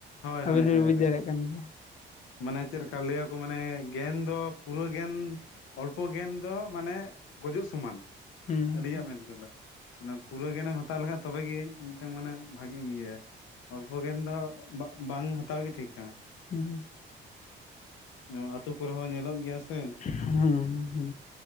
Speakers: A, on the left; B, on the left.
A: ᱦᱳᱭ
B: ᱟᱵᱤᱱ
A: ᱦᱳᱭ
B: ᱵᱤᱱ
A: ᱦᱳᱭ
B: ᱵᱩᱡᱽ
A: ᱦᱳᱭ
B: ᱫᱟᱲᱮᱭᱟᱜ ᱠᱟᱱ ᱜᱮᱭᱟ᱾
A: ᱢᱟᱱᱮ ᱪᱮᱞᱮᱠᱟ ᱞᱟᱹᱭᱟᱠᱚ ᱢᱟᱱᱮ ᱜᱮᱭᱟᱱ ᱫᱚ ᱯᱩᱨᱟᱹ ᱜᱮᱭᱟᱱ ᱚᱞᱯᱚ ᱜᱮᱭᱟᱱ ᱫᱚ ᱢᱟᱱᱮ ᱜᱩᱡᱩᱜ ᱥᱚᱢᱟᱱ᱾
B: ᱦᱩᱸ
A: ᱟᱹᱞᱤᱧᱟᱜ ᱢᱮᱱ ᱛᱮᱫᱚ ᱚᱱᱟ ᱯᱩᱨᱟᱹ ᱜᱮᱭᱮᱱᱮᱢ ᱦᱟᱛᱟᱣ ᱞᱮᱠᱷᱟᱡ ᱛᱚᱵᱮ ᱜᱮ ᱢᱤᱫ ᱴᱟᱝ ᱢᱟᱱᱮ ᱵᱷᱟᱜᱮᱢ ᱤᱭᱟᱹᱭᱟ ᱚᱞᱯᱚ ᱜᱮᱭᱟᱱ ᱫᱚ ᱵᱟ ᱵᱟᱝ ᱦᱟᱛᱟᱣ ᱜᱮ ᱴᱷᱤᱠᱟ
B: ᱦᱩᱸ
A: ᱱᱚᱶᱟ ᱟᱹᱛᱩ ᱠᱚᱨᱮ ᱦᱚᱸ ᱧᱮᱞᱚᱜ ᱜᱮᱭᱟ ᱥᱮ
B: ᱦᱩᱸ ᱦᱩᱸ ᱦᱩᱸ